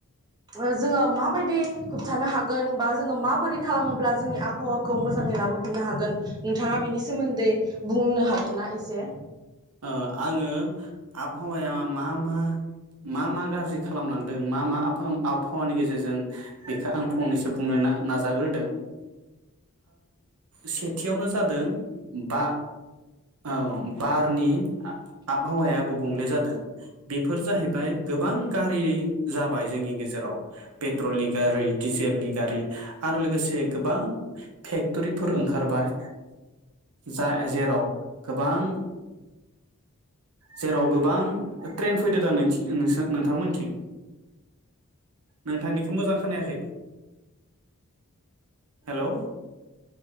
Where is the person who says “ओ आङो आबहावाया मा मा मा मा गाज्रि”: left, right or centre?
Right